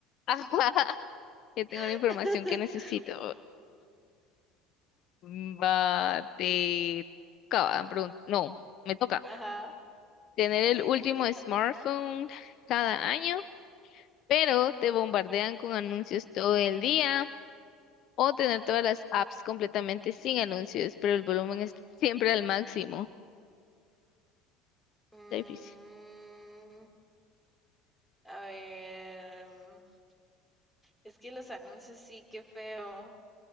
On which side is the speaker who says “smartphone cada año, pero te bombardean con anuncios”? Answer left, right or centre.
Left